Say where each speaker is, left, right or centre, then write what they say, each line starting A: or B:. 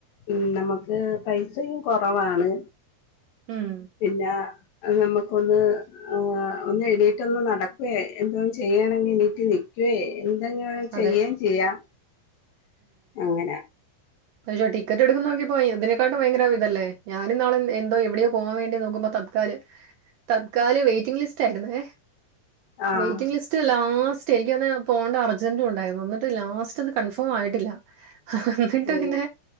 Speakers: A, on the left (about 75°); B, on the right (about 75°).
A: മ് നമ്മക്ക് പൈസയും കൊറവാണ്
B: ഉം
A: പിന്നെ അഹ് നമ്മക്കൊന്ന് ആഹ് ഒന്ന് എയ്നേറ്റൊന്ന് നടക്വവേ എന്തോ ചെയ്യണെങ്കിൽ ണീറ്റ്നിക്വവേ എന്തങ്കില് ചെയ്യേം
B: അതെ
A: ചെയ്യാം. അങ്ങന.
B: പക്ഷോ ടിക്കറ്റ് എട്ക്കന്നെങ്കി ഇതിനെക്കാട്ടിം ഭയങ്കര ഇതല്ലേ? ഞാനിന്നാള് എന്തോ എവിടെയോ പോവാൻ വേണ്ടി നോക്ക്മ്പോ തത്ക്കാല് തത്കാല് വെയ്റ്റിംഗ് ലിസ്റ്റായിര്ന്നേ
A: ആഹ്
B: വെയ്റ്റിങ്ങ് ലിസ്റ്റ് ലാസ്റ്റ് എനിക്കന്ന് പോണ്ട അർജന്റും ഉണ്ടായിരുന്നു. ന്ന്ട്ട് ലാസ്റ്റത് കൺഫ ഫോം ആയിട്ടില്ല അന്നിട്ട്
A: ഓ
B: പിന്നെ